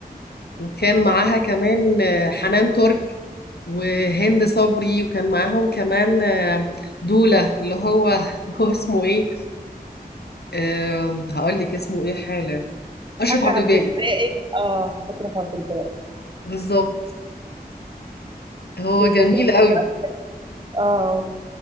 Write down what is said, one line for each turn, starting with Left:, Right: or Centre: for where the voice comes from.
Left: وكان معاها كمان حنان ترك وهند صبري وكان معاهم كمان دولة اللي هو <laughs> هو اسمه ايه أه... هقول لك اسمه ايه حالا اشرف
Right: حاجة
Left: عبد
Right: عبد
Left: الباقي
Right: الباقي اه أشرف عبد الباقي
Left: بالظبط هو
Right: ده
Left: جميل
Right: فيلم بصراحة
Left: قوي
Right: اه